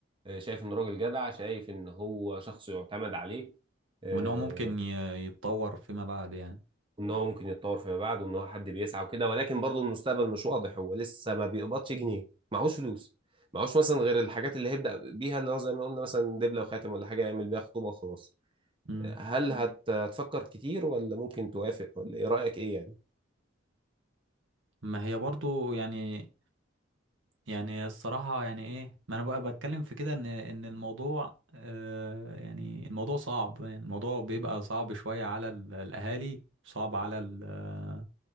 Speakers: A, on the right; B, on the right.
A: آه، شايف انه راجل جدع شايف ان هو شخص يعتمد عليه آه،
B: وان هو ممكن ي- يتطور فيما بعد يعني
A: ان هو ممكن يتطور فيما بعد وان هو حد بيسعى وكده ولكن برضه المستقبل مش واضح هو لسه ما بيقبضش جنيه معهوش فلوس معهوش مثلا غير الحاجات اللي هيبدأ بيها اللي هو زي ما قلنا مثلا دبلة وخاتم ولا حاجة يعمل بيها خطوبة وخلاص
B: مم.
A: آه، هل هت- هتفكر كتير ولا ممكن توافق ولا ايه رأيك ايه يعني
B: ما هي برضو يعني يعني الصراحة يعني ايه ما انا بقى بتكلم في كده ان ان الموضوع آه يعني الموضوع صعب يعني الموضوع بيبقى صعب شوية على ال- الاهالي صعب على ال- آه،